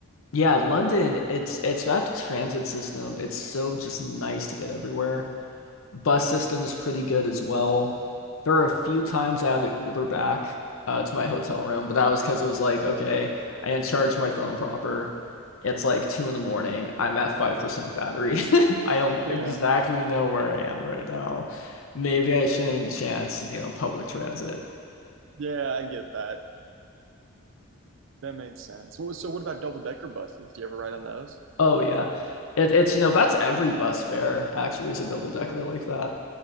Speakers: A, on the left (about 70°); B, on the right (about 60°).
A: yeah, London, it's it's that transit system. It's so just nice to get everywhere. Bus system is pretty good as well. There are a few times I had to Uber back uh, to my hotel room, but that was because it was like, okay, I didn't charge my phone proper. It's like two in the morning. I'm at 5% battery. <laughs> I don't
B: Yeah.
A: exactly know where I am right now. Maybe I shouldn't chance, you know, public transit.
B: Yeah, I get that. That makes sense. Well, So, what about double decker buses? Do you ever ride on those?
A: Oh yeah. It, it's, you know, that's every bus fare actually is a double decker like that.